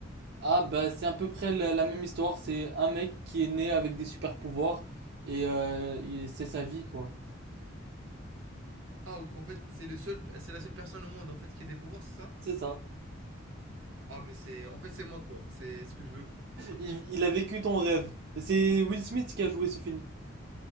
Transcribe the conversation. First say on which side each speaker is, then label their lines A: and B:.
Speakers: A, on the right; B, on the right.
A: Ah, bah, c'est à peu près la, la même histoire. C'est un mec qui est né avec des super pouvoirs et, euh, et c'est sa vie, quoi.
B: Ah, en fait, c'est le seul, c'est la seule personne au monde, en fait, qui a des pouvoirs, c'est ça?
A: C'est ça.
B: Ah, mais c'est, en fait, c'est moi, quoi. C'est ce que je veux.
A: Il, il a vécu ton rêve. C'est Will Smith qui a joué ce film.